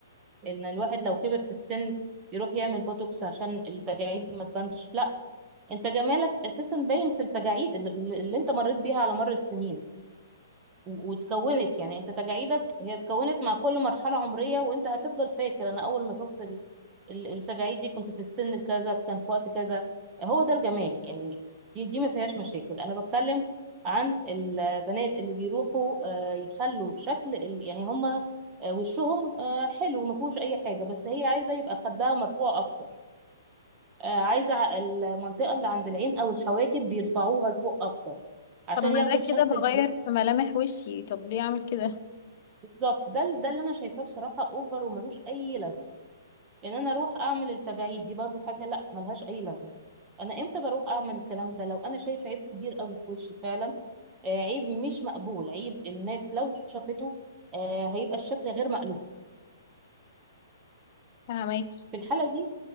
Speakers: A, on the right (about 25°); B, on the left (about 50°).
A: إن الواحد لو كبر في السن يروح يعمل بوتوكس عشان التجاعيد ما تبانش لا انت جمالك اساسا باين في التجاعيد اللي اللي انت مريت بيها على مر السنين و- واتكونت يعني انت تجاعيدك هي اتكونت مع كل مرحلة عمرية وانت هتفضل فاكر انا اول ما شفت ال- ال- التجاعيد دي كنت في السن كذا كان في وقت كذا هو ده الجمال يعني دي دي ما فيهاش مشاكل انا بتكلم عن البنات اللي بيروحوا آه، يخلوا شكل ال- يعني هما آه، وشهم آه، حلو ما فيهوش اي حاجة بس هي عايزة يبقى خدها مرفوع اكتر آه، عايزة ع- المنطقة اللي عند العين او الحواجب بيرفعوها لفوق اكتر عشان
B: طب ما
A: ياخدوا
B: ده
A: الشكل
B: كده بغير
A: الكريم
B: في ملامح وشي طب ليه اعمل كده
A: بالظبط ده ال- ده اللي انا شايفاه بصراحه اوفر وملوش اي لازمه لان انا اروح اعمل التجاعيد دي برضو حاجه لا ملهاش اي لازمه انا امتى بروح اعمل الكلام ده لو انا شايف عيب كبير قوي في وشي فعلا آه عيب مش مقبول عيب الناس لو شافته آه هيبقى الشكل غير مألوف
B: فهماكي
A: في الحاله دي